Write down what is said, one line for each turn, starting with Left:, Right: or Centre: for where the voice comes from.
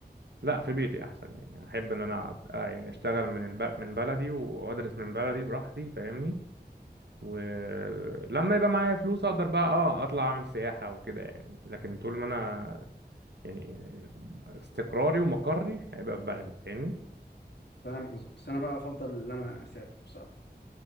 Right: لا في بيتي احسن يعني احب ان انا أت- آه يعني اشتغل من الب... من بلدي وادرس من بلدي براحتي فاهمني ولما يبقى معايا فلوس اقدر بقى اه اطلع اعمل سياحة وكده يعني لكن طول ما انا يعني استقراري ومقري هيبقى في بلدي فاهمني
Left: فاهم قصدك بس انا بقى افضل ان انا اسافر بصراحه